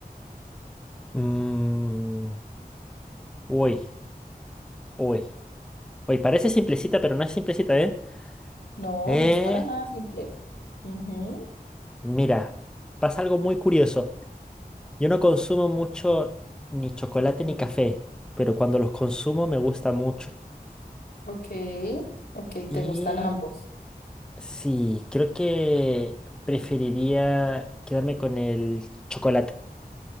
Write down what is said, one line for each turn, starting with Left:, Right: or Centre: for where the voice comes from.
Centre: Mm, uy, uy, uy, parece simplecita, pero no es simplecita, ¿eh?
Left: No,
Centre: Eh,
Left: no es para nada simple. Ujú,
Centre: mira, pasa algo muy curioso. Yo no consumo mucho ni chocolate ni café, pero cuando los consumo me gusta mucho.
Left: Ok, ok,
Centre: Y
Left: te gustan ambos.
Centre: sí, creo que preferiría quedarme con el chocolate.